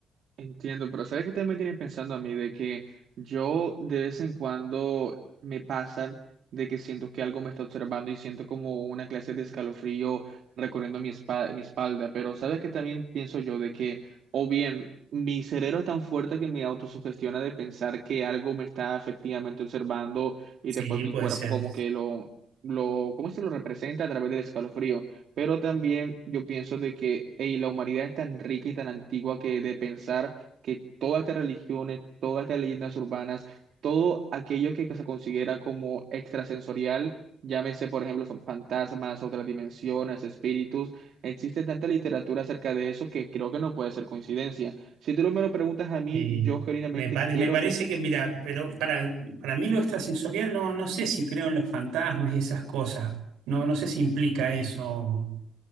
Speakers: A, on the right; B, on the right.
A: Entiendo, pero ¿sabes qué también me tiene pensando a mí? De que yo de vez en cuando me pasa de que siento que algo me está observando y siento como una clase de escalofrío recorriendo mi, espa- mi espalda, pero ¿sabes qué también pienso yo? De que, o bien, mi cerebro es tan fuerte que me autosugestiona de pensar que algo me está efectivamente observando y
B: Sí,
A: después mi
B: puede
A: cuerpo
B: ser.
A: como que lo, lo, ¿cómo se lo representa a través del escalofrío? Pero también yo pienso de que ey, la humanidad es tan rica y tan antigua que de pensar que todas estas religiones, todas estas leyendas urbanas, todo aquello que, que se considera como extrasensorial, llámese por ejemplo fa- fantasmas, otras dimensiones, espíritus, existe tanta literatura acerca de eso que creo que no puede ser coincidencia. Si tú me lo preguntas a mí,
B: Sí,
A: yo genuinamente
B: me, pare-
A: quiero
B: me parece
A: pensar.
B: que, mira, pero para, para mí lo extrasensorial no, no sé si creo en los fantasmas y esas cosas. No, no sé si implica eso,